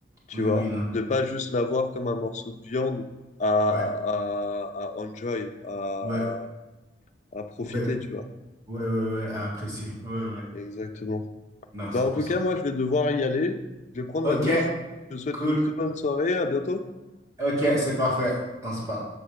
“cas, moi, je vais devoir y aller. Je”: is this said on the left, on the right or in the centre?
Left